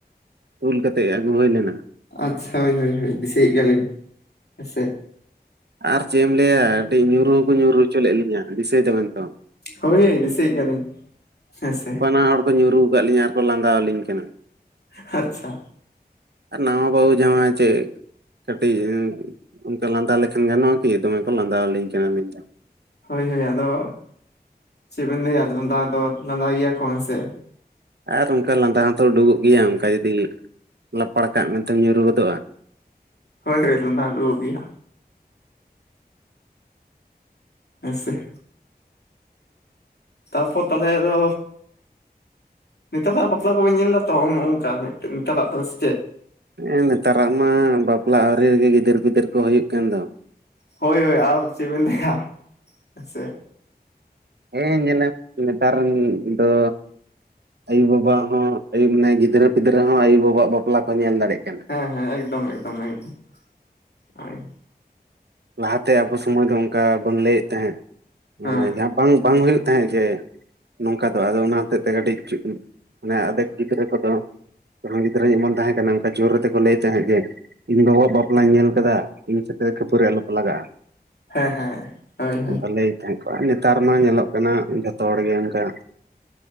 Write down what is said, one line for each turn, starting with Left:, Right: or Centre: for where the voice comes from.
Right: ᱛᱩᱞ ᱠᱟᱛᱮᱜ ᱟᱹᱜᱩ ᱦᱳᱭ ᱞᱮᱱᱟ
Left: ᱟᱪᱪᱷᱟ ᱦᱳᱭ ᱦᱳᱭ ᱦᱳᱭ ᱫᱤᱥᱟᱹᱭᱮᱜ ᱜᱮᱭᱟᱞᱤᱧ ᱦᱮᱸᱥᱮ
Right: ᱟᱨ ᱪᱮᱜ ᱮᱢ ᱞᱮᱭᱟ ᱠᱟᱹᱴᱤᱡ ᱧᱩᱨᱩ ᱦᱚᱠᱚ ᱧᱩᱨᱩ ᱦᱚᱪᱚ ᱞᱮᱜ ᱞᱤᱧᱟᱹ ᱫᱤᱥᱟᱹᱭ ᱫᱚᱵᱮᱱ ᱛᱚ
Left: ᱦᱳᱭ ᱦᱳᱭ ᱫᱤᱥᱟᱹᱭᱮᱜ ᱜᱮᱭᱟᱞᱤᱧ ᱦᱮᱸᱥᱮ
Right: ᱵᱟᱱᱟ ᱦᱚᱲ ᱠᱚ ᱧᱩᱨᱩ ᱟᱠᱟᱜ ᱞᱤᱧᱟᱹ ᱟᱨᱠᱚ ᱞᱟᱸᱫᱟᱣ ᱟᱹᱞᱤᱧ ᱠᱟᱱᱟ
Left: ᱟᱪᱪᱷᱟ
Right: ᱟᱨ ᱱᱟᱣᱟ ᱵᱟᱦᱩ ᱡᱟᱶᱟᱭ ᱪᱮ ᱠᱟᱹᱴᱤᱡ ᱚᱱᱠᱟ ᱞᱟᱸᱫᱟ ᱞᱮᱠᱷᱟᱱ ᱜᱟᱱᱚᱜᱼᱟ ᱠᱤ ᱫᱚᱢᱮ ᱠᱚ ᱞᱟᱸᱫᱟ ᱟᱹᱞᱤᱧ ᱠᱟᱱᱟ ᱟᱞᱤᱧ ᱫᱚ
Left: ᱦᱳᱭ ᱦᱳᱭ ᱟᱫᱚ ᱪᱮᱜᱵᱮᱱ ᱞᱟᱹᱭᱟ ᱞᱟᱸᱫᱟ ᱫᱚ ᱞᱟᱸᱫᱟᱭ ᱜᱮᱭᱟ ᱠᱚ ᱦᱮᱸ ᱥᱮ
Right: ᱟᱨ ᱚᱝᱠᱟ ᱞᱟᱸᱫᱟ ᱦᱚᱸᱛᱚ ᱩᱰᱩᱜᱚᱜ ᱜᱤᱭᱟ ᱚᱝᱠᱟ ᱡᱩᱫᱤ ᱞᱟᱯᱟᱲ ᱠᱟᱜ ᱢᱮᱱᱛᱮᱢ ᱧᱩᱨᱩ ᱜᱚᱫᱚᱜᱼᱟ
Left: ᱦᱳᱭ ᱦᱳᱭ ᱞᱟᱸᱫᱟ ᱚᱸᱰᱳᱠᱚᱜᱼᱜᱤᱭᱟ ᱦᱮᱸ ᱥᱮ ᱛᱟᱨᱯᱚᱨ ᱛᱟᱦᱚᱞᱮ ᱟᱫᱚ ᱱᱮᱛᱟᱨᱟᱜ ᱵᱟᱯᱞᱟ ᱠᱚᱵᱮᱱ ᱧᱮᱞ ᱫᱟᱛᱚ ᱦᱚᱜᱼᱚᱝ ᱦᱚᱜᱼᱚᱝ ᱠᱟ ᱱᱮᱛ ᱱᱮᱛᱟᱨᱟᱜ ᱫᱚ ᱥᱮᱪᱮᱫ
Right: ᱦᱮᱸ ᱱᱮᱛᱟᱨᱟᱜ ᱢᱟ ᱵᱟᱯᱞᱟ ᱟᱹᱣᱨᱤ ᱨᱤᱜᱤ ᱜᱤᱫᱟᱹᱨ ᱯᱤᱫᱟᱹᱨ ᱠᱚ ᱦᱚᱭᱩᱜ ᱠᱟᱱ ᱫᱚ
Left: ᱦᱳᱭ ᱦᱳᱭ ᱟᱨ ᱪᱮᱜ ᱵᱤᱱ ᱞᱮᱭᱟ ᱦᱮᱸ ᱥᱮ
Right: ᱦᱮᱸ ᱧᱮᱞᱮᱢ ᱱᱮᱛᱟᱨᱮᱱ ᱫᱚ ᱟᱭᱳᱵᱟᱵᱟ ᱦᱚᱸ ᱟᱭᱩ ᱢᱟᱱᱮ ᱜᱤᱫᱽᱨᱟᱹ ᱯᱤᱫᱽᱨᱟᱹ ᱦᱚᱸ ᱟᱭᱩᱵᱟᱵᱟᱣᱟᱜ ᱵᱟᱯᱞᱟ ᱠᱚ ᱧᱮᱞ ᱫᱟᱲᱮᱜ ᱠᱟᱱᱟ
Left: ᱦᱮᱸ ᱦᱮᱸ ᱮᱠᱫᱚᱢ ᱮᱠᱫᱚᱢ ᱮᱠᱫᱚᱢ ᱦᱳᱭ
Right: ᱞᱟᱦᱟᱛᱮ ᱟᱵᱚ ᱥᱩᱢᱟᱹᱭ ᱫᱚ ᱚᱝᱠᱟ ᱵᱚᱱ ᱞᱟᱹᱭᱮᱫ ᱛᱟᱦᱮᱸᱜ ᱢᱟᱱᱮ
Left: ᱦᱮᱸ
Right: ᱡᱟᱦᱟᱸ ᱵᱟᱝ ᱵᱟᱝ ᱦᱩᱭᱩᱜ ᱛᱟᱦᱮᱸᱜ ᱡᱮ ᱱᱚᱝᱠᱟ ᱫᱚ ᱟᱫᱚ ᱚᱱᱟ ᱦᱚᱛᱮᱜ ᱛᱮ ᱠᱟᱹᱴᱤᱡ ᱪᱩᱜ ᱢᱟᱱᱮ ᱟᱫᱮᱠ ᱜᱤᱫᱽᱨᱟᱹ ᱠᱚᱫᱚ ᱡᱟᱦᱟᱸᱭ ᱜᱤᱫᱽᱨᱟᱹ ᱜᱮ ᱠᱚ ᱛᱟᱦᱮᱸ ᱠᱟᱱᱟ ᱡᱳᱨ ᱜᱟᱛᱮᱜ ᱠᱚ ᱞᱟᱹᱭ ᱛᱟᱦᱮᱸᱜ ᱡᱮ ᱤᱧ ᱵᱟᱵᱟᱣᱟᱜ ᱵᱟᱯᱞᱟᱧ ᱧᱮᱞ ᱠᱟᱫᱟ ᱤᱧ ᱥᱟᱛᱮᱜ ᱠᱷᱟᱹᱯᱟᱹᱨᱤ ᱟᱞᱚᱯᱮ ᱞᱟᱜᱟᱜᱼᱟ
Left: ᱦᱮᱸ ᱦᱮᱸ ᱦᱳᱭ ᱦᱳᱭ
Right: ᱚᱝᱠᱟ ᱞᱟᱹᱭ ᱛᱟᱦᱮᱸᱜ ᱠᱚ ᱟᱨ ᱱᱮᱛᱟᱨ ᱢᱟ ᱧᱮᱞᱚᱜ ᱠᱟᱱᱟ ᱡᱷᱚᱛᱚ ᱦᱚᱲ ᱜᱮ ᱚᱝᱠᱟ